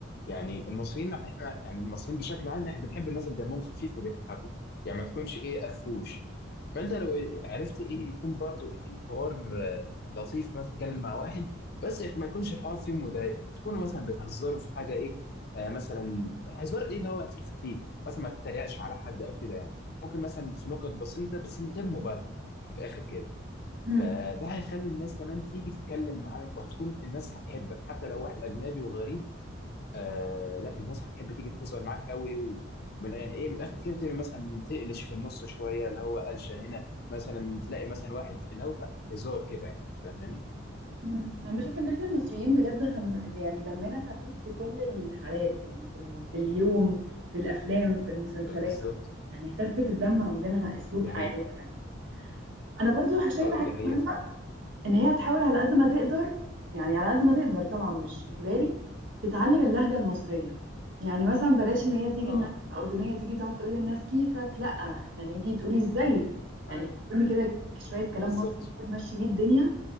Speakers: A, on the left (about 50°); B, on the right (about 70°).
A: يعني المصريين إحنا يعني المصريين بشكل عام إحنا بنحب الناس اللي دمهم خفيف وبيضحكوا يعني ما تكونش إيه قفوش فأنت لو عرفت إيه يكون برضو إيه الحوار آه، لطيف مثلا تتكلم مع واحد بس ما يكونش الحوار فيه مضايقة تكونوا مثلا بتهزروا في حاجة إيه آه، مثلا هزار إيه اللي هو في الخفيف مثلا ما تتريقش على حد أو كده يعني ممكن مثلا في نقط بسيطة بس من غير مبالغة من الآخر كده
B: مم.
A: فده هيخلي الناس كمان تيجي تتكلم معاك وهتكون الناس هتحبك حتى لو واحد أجنبي وغريب آه لا الناس هتحب تيجي تهزر معاك قوي ومن ايه من الآخر كده تبقى مثلا تقلش في النص شوية اللي هو قلشة هنا مثلا تلاقي مثلا واحد اللي هو هزار كده يعني فاهماني
B: مم. انا بشوف ان احنا المصريين بجد خم... يعني دمنا خفيف في كل الحالات يعني في, ال... في اليوم في الافلام في المسلسلات
A: آه بالظبط
B: يعني خفة الدم عندنا اسلوب
A: دي
B: حياة
A: حقيقة
B: يعني انا برضو شايفة
A: اه
B: حاجة
A: دي حقيقة
B: مهمة
A: فعلا
B: ان هي تحاول على قد ما تقدر يعني على قد ما تقدر طبعا مش اجباري تتعلم اللهجه المصريه يعني مثلا بلاش ان هي تيجي
A: اه
B: ان انا اردنيه تيجي تقعد تقول للناس كيفك لا احنا نيجي تقولي ازيك يعني
A: أيوة.
B: تعلمي كده شويه كلام
A: بالظبط
B: مصري كده تمشي بيه الدنيا